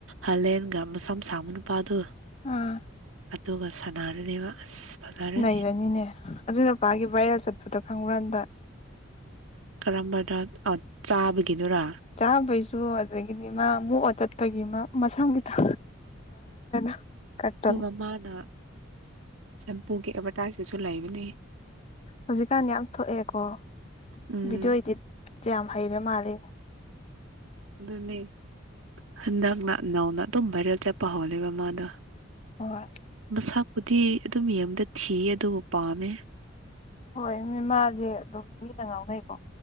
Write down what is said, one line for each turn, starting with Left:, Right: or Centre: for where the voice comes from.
Right: ꯍꯥꯂꯦꯟꯒ ꯃꯁꯝ ꯁꯥꯕ ꯅꯨꯄꯥꯗꯣ
Left: ꯑꯥ
Right: ꯑꯗꯨꯒ ꯁꯅꯥꯔꯅꯦꯕ ꯑꯁ ꯐꯖꯔꯅꯤ
Left: ꯅꯩꯔꯅꯤꯅꯦ ꯑꯗꯨ ꯅꯨꯄꯥꯒꯤ ꯕꯥꯔꯦꯜ ꯆꯠꯄꯗꯣ ꯈꯪꯕ꯭ꯔꯥ ꯍꯟꯗꯛ
Right: ꯀꯔꯝꯕꯅꯣ ꯆꯥꯕꯒꯤꯗꯨꯔ
Left: ꯆꯥꯕꯩꯁꯨ ꯑꯗꯒꯤꯗꯤ ꯃꯥ ꯃꯣꯛꯑ ꯆꯠꯄꯒꯤ ꯃꯥ ꯃꯁꯝ ꯒꯤꯗꯣ <inaudible>
Right: ꯃꯥꯅꯥ ꯁꯦꯝꯄꯨꯒꯤ ꯑꯦꯚꯔꯇꯥꯏꯁꯇꯁꯨ ꯂꯩꯕꯅꯦ
Left: ꯍꯧꯖꯤꯛꯀꯥꯟ ꯌꯥꯝ ꯊꯣꯛꯑꯦꯀꯣ
Right: ꯎꯝ
Left: ꯚꯤꯗꯤꯑꯣ ꯏꯗꯤꯠꯁꯦ ꯌꯥꯝ ꯍꯩꯔ ꯃꯥꯜꯂꯦ
Right: ꯑꯗꯨꯅꯦ ꯍꯟꯗꯛꯅ ꯅꯧꯅ ꯑꯗꯨꯝ ꯚꯥꯏꯔꯦꯜ ꯆꯠꯄ ꯍꯧꯅꯦꯕ ꯃꯥꯗꯣ
Left: ꯍꯣꯏ
Right: ꯃꯁꯥꯛꯄꯨꯗꯤ ꯑꯗꯨꯝ ꯌꯦꯡꯕꯗ ꯊꯤꯌꯦ ꯑꯗꯨꯕꯨ ꯄꯥꯝꯃꯦ
Left: ꯍꯣꯏ ꯃꯤꯃꯥꯁꯦ ꯑꯗꯨꯝ ꯃꯤꯅ ꯉꯥꯎꯅꯩꯀꯣ